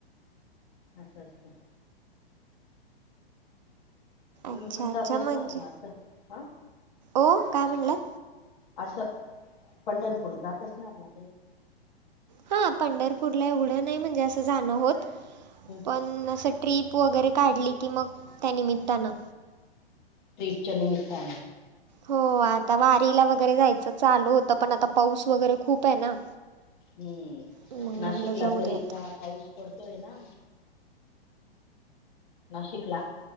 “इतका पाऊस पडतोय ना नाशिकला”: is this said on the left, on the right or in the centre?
Left